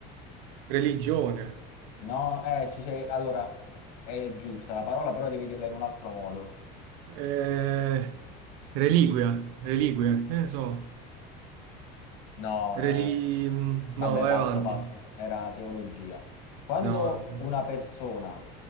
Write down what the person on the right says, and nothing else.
Religione.
Eh, reliquia. Reliquie. Che ne so.
Reli...
No, vai
avanti.
No, non so.